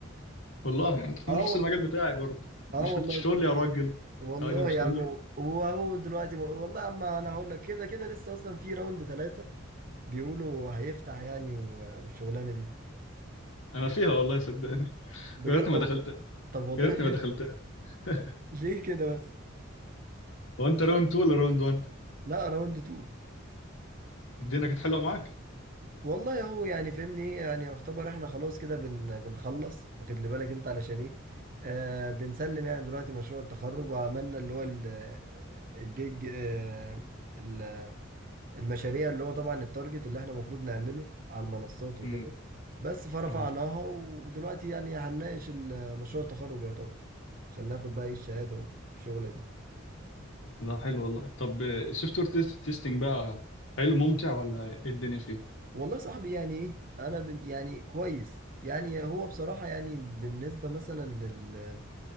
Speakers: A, on the left; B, on the right.
A: والله يعني انت في
B: اه
A: نفس
B: والله
A: المجال بتاعي برضه مش
B: اه والله
A: بتشتغل لي يا راجل
B: والله
A: يا راجل مش
B: يا
A: تقول
B: عم
A: لي
B: وهو دلوقتي والله يا عم انا هقول لك كده كده لسه اصلا في راوند ثلاثه بيقولوا هيفتح يعني و- والشغلانه دي
A: انا فيها والله صدقني
B: بجد
A: يا ريتني
B: طب
A: ما دخلتها
B: طب والله
A: يا ريتني
B: حلو
A: ما دخلتها <laughs>
B: <laughs> ليه كده بس
A: هو انت راوند 2 ولا راوند 1
B: لا راوند 2
A: الدنيا كانت حلوه معاك
B: والله هو يعني فهمني ايه يعني يعتبر احنا خلاص كده بن بنخلص واخد لي بالك انت علشان ايه آه بنسلم يعني دلوقتي مشروع التخرج وعملنا اللي هو ال- الجيج آه ال- المشاريع اللي هو طبعا التارجت اللي احنا المفروض نعمله على المنصات وكده
A: امم
B: بس فرفعناها
A: اه
B: ودلوقتي يعني هنناقش ال- مشروع التخرج يعتبر عشان ناخد بقى ايه الشهادة والشغلة دي
A: لا حلو والله طب السوفت وير تيستنج بقى حلو ممتع ولا ايه الدنيا فيه
B: والله صاحبي يعني ايه انا بن يعني كويس يعني هو بصراحة يعني بالنسبة مثلا لل